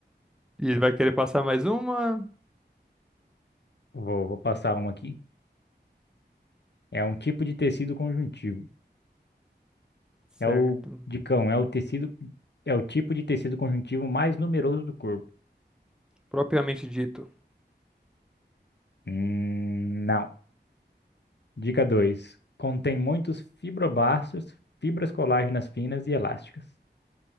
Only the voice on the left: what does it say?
Vou, vou passar uma aqui. É um tipo de tecido conjuntivo.
É o, dicão, é o tecido, é o tipo de tecido conjuntivo mais numeroso do corpo.
Hum, não. Dica 2: Contém muitos fibroblastos, fibras colágenas finas e elásticas.